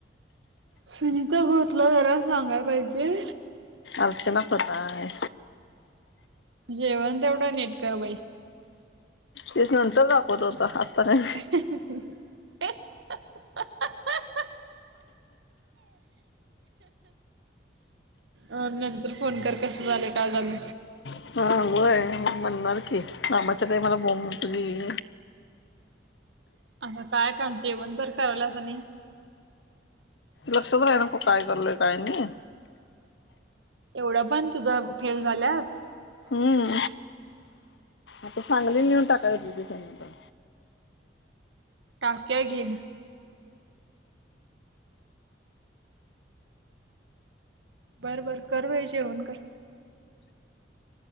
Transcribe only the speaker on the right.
सुनीता घोतला, जरा सांगाय पाहिजे
जेवण तेवडं नीट कर बाई
ही, ही, हू, हू, हे, आ, आ, आ, आ, आ अ नंतर फोन कर, कसं झालय, का झालं?
<unintelligible> जेवण तर करायलासा नाही
एवढा, पण तुझा, फेल झाल्यास
टाकूया की बर, बर, कर बाई जेवण कर.